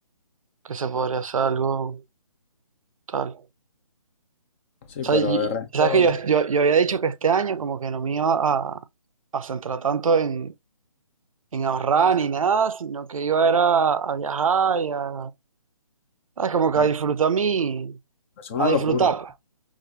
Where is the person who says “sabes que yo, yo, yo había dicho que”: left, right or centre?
Right